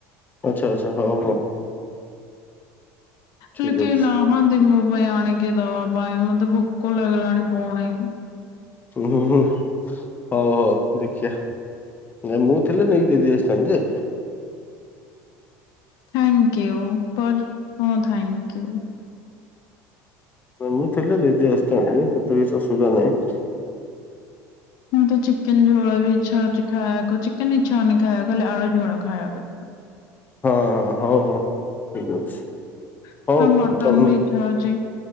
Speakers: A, on the left; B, on the left.
A: ଆଛା, ଆଛା। ହଉ, ହଉ। ଠିକ
B: ହେଲେ କେହି
A: ଅଛି
B: ନାହାନ୍ତିି ମୋ ପାଇଁ ଆଣିକି ଦବା ପାଇଁ। ମତେ ଭୋକ ଲାଗିଲାଣି ପୁଣି।
A: ହୁଁ, ହୁଁ, ହୁଁ। ହଉ, ହଉ ଦେଖିବା। ନାଇଁ ମୁଁ ଥିଲେ ନେଇକି ଦେଇ ଦେଇ ଆସିଥାନ୍ତି ଯେ
B: ଥାଙ୍କିୟୁ ପର୍ ନୋ ଥ୍ୟାଙ୍କିୟୁ।
A: ମୁଁ ଥିଲେ ଦେଇ ଦେଇ ଆସିଥାନ୍ତି। ସେଥିରେ କିଛି ଅସୁବିଧା ନାହିଁ।
B: କିନ୍ତୁ ଚିକେନ୍ ଝୋଳ ବି ଇଛା ହଉଛି ଖାଇବାକୁ। ଚିକେନ୍ ନମସ୍ତେ ଇଛା ହଉନି ଖାଇବାକୁ ଖାଲି ଆଳୁଝୋଳ ଖାଇବାକୁ ଇଛା
A: ହଁ, ହଁ ହଉ, ହଉ ଠିକ୍ ଅଛି।
B: ଇଚ୍ଛା।
A: ହଉ
B: ଆଉ ମଟନ
A: ତମେ
B: ବି ଇଚ୍ଛା ହଉଛି